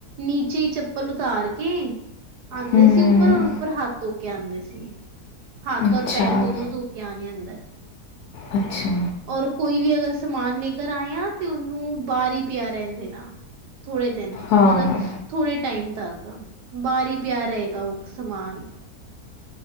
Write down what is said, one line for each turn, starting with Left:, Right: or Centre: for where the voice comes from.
Right: ਨੀਚੇ ਈ ਚੱਪਲ ਉਤਾਰ ਕੇ। ਆਉਂਦੇ
Left: ਹੂੰ
Right: ਸੀ ਉੱਪਰ ਔਰ ਉੱਪਰ ਹੱਥ ਧੋ ਕੇ ਆਂਦੇ ਸੀ। ਹੱਥ
Left: ਅੱਛਾ
Right: ਔਰ ਪੈਰ ਦੋਨੋ ਧੋ ਕੇ ਆਣੇ ਅੰਦਰ।
Left: ਅੱਛਾ।
Right: ਔਰ ਕੋਈ ਵੀ ਅਗਰ ਸਮਾਨ ਲੈ ਕਰ ਆਇਆ ਤੇ ਉਹਨੂੰ ਬਾਹਰ ਈ ਪਿਆ ਰਹਿਣ ਦੇ ਨਾ। ਥੋੜੇ ਦਿਨ
Left: ਹਾਂ
Right: ਮਤਲਬ
Left: ਹਾਂ
Right: ਥੋੜੇ ਟਾਈਮ ਤੱਕ ਬਾਹਰ ਈ ਪਿਆ ਰਹੇਗਾ ਉਹ ਸਮਾਨ।